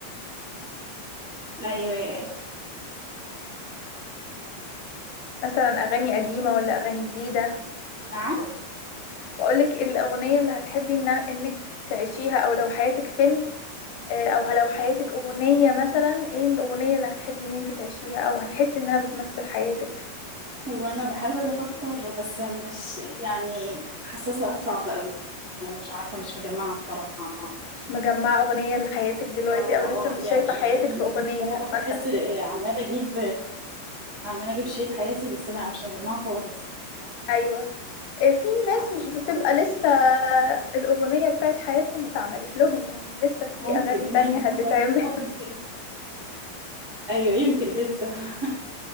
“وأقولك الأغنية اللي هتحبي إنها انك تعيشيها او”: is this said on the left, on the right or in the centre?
Left